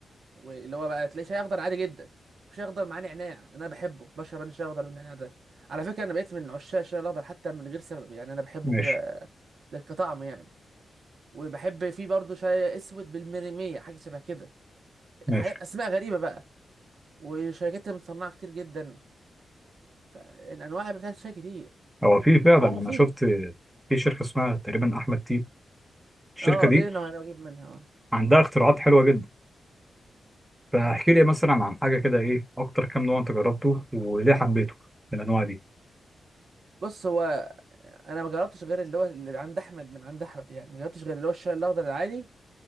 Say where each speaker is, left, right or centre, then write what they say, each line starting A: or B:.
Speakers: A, on the right; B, in the centre.
A: واللي هو بقى تلاقي شاي اخضر عادي جدا في شاي اخضر معاه نعناع انا بحبه بشرب انا الشاي الاخضر بالنعناع ده على فكره انا بقيت من عشاق الشاي الاخضر حتى من غير سبب يعني انا بحبه
B: ماشي
A: كده للطعم يعني وبحب فيه برضه شاي اسود بالمريميه حاجه شبه كده
B: ماشي
A: حاجات اسماء غريبه بقى وشركات مصنعه كتير جدا فالانواع بتاعت الشاي كتير
B: هو في فعلا
A: فهو
B: انا
A: مفيد
B: شفت في شركه اسمها تقريبا احمد تي الشركه
A: اه
B: دي
A: دي اللي انا بجيب منها اه
B: عندها اختراعات حلوه جدا فاحكي لي مثلا عن حاجه كده ايه اكتر كام نوع انت جربته وليه حبيته من الانواع دي
A: بص هو انا ما جربتش غير اللي هو اللي عند احمد من عند احمد يعني ما جربتش غير اللي هو الشاي الاخضر العادي